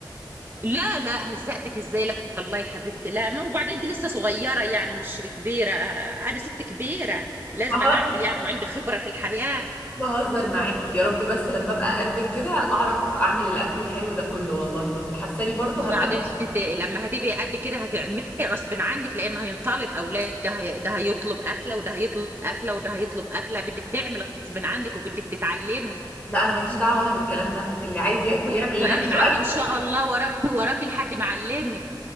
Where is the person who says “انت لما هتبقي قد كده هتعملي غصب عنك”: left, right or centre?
Right